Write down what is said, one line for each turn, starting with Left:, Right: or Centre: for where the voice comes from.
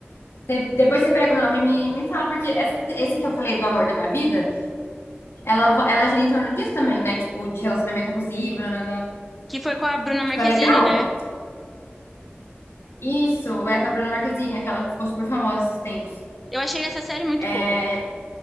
Left: Você- depois você pega o nome e me, me fala, porque esse, esse que eu falei do Amor da Minha Vida, ela, va- ela gira em torno disso também, né? Tipo, de relacionamento abusivo, nananã.
Centre: Que foi com a Bruna Marquezine,
Left: Tipo, é legal.
Centre: né?
Left: Isso, é com a Bruna Marquezine, aquela que ficou super famosa esses tempos.
Centre: Eu achei essa série muito
Left: É,
Centre: boa.